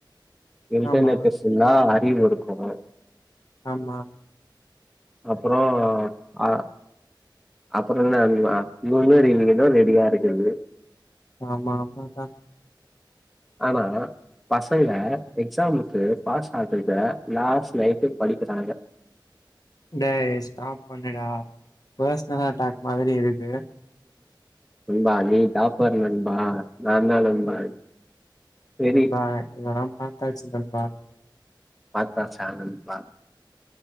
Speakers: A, in the centre; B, on the left.
A: இன்டர்நெட்டு
B: ஆமா
A: ஸ் துல்லா அறிவிருக்கனு
B: ஆமா
A: அப்பறோ அ அப்புறோ என்ன இவங்க இவங்க ரீ யூனியன் தா ரெடியா இருக்குது
B: ஆமா ஆமான்டா
A: ஆனா பசங்க எக்ஸாமுக்கு பாஸ் ஆகுற்த லாஸ்ட் நைட்டு படிக்கிறாங்க
B: டேய் ஸ்டாப் பண்ணுடா பர்சனல் அட்டாக் மாதிரி இருக்கு
A: நண்பா நீ டாப்பர் நண்பா நாந்தா நண்பா செரி
B: நண்பா இதெல்லா பாத்தாச்சு நண்பா
A: பாத்தாச்சா நண்பா